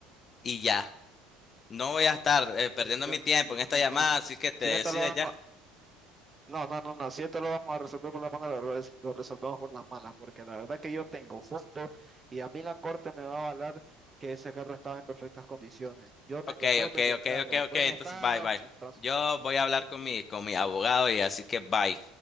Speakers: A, on the left; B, on the right.
A: y ya. No
B: no,
A: voy a estar
B: la verdad
A: eh,
B: que
A: perdiendo
B: yo
A: mi
B: no
A: tiempo
B: soy ningún
A: en esta llamada,
B: tonto.
A: así que te
B: Si
A: decides
B: esto lo vamos
A: ya.
B: No, no, no, no, si esto lo vamos a resolver por las manos, lo, res- lo resolvemos por las manos, porque la verdad que yo tengo fotos y a mí la corte me va a avalar que ese carro estaba en perfectas condiciones. Yo tengo
A: Ok,
B: fotos
A: ok,
B: del
A: ok,
B: carro
A: ok,
B: en
A: ok,
B: buen
A: entonces
B: estado,
A: bye, bye.
B: entonces.
A: Yo voy a hablar con mi, con mi abogado y así que bye.